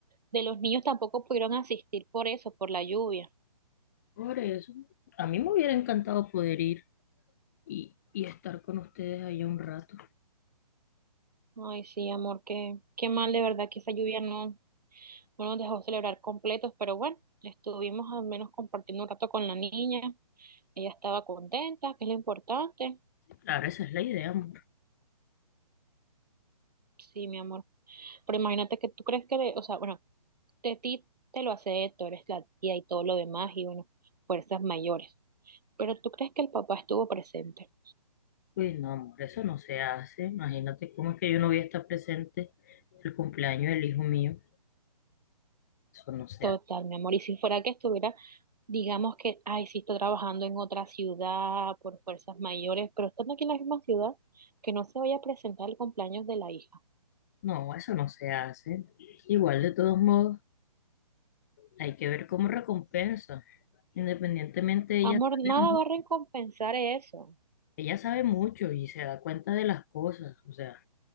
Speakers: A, on the right (about 80°); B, on the left (about 25°).
A: de los niños tampoco pudieron asistir por eso, por la lluvia.
B: Por eso, a mí me hubiera encantado poder ir y, y estar con ustedes allá un rato.
A: Ay, sí, amor, qué, qué mal de verdad que esa lluvia no, no nos dejó celebrar completos, pero bueno, estuvimos al menos compartiendo un rato con la niña. Ella estaba contenta, que es lo importante.
B: Claro, esa es la idea, amor.
A: Sí, mi amor. Pero imagínate que tú crees que, le- o sea, bueno, de ti te lo hace, tú eres la tía y todo lo demás, y bueno, fuerzas mayores. Pero tú crees que el papá estuvo presente.
B: Pues no, amor, eso no se hace. Imagínate cómo es que yo no voy a estar presente el cumpleaños del hijo mío. Eso no se
A: Total,
B: hace.
A: mi amor. Y si fuera que estuviera, digamos que, ay, sí está trabajando en otra ciudad por fuerzas mayores, pero estando aquí en la misma ciudad, que no se vaya a presentar el cumpleaños de la hija.
B: No, eso no se hace. Igual, de todos modos, hay que ver cómo recompensa. Independientemente, ella
A: Amor,
B: sabe
A: nada
B: mu-
A: va a recompensar eso.
B: ella sabe mucho y se da cuenta de las cosas. O sea,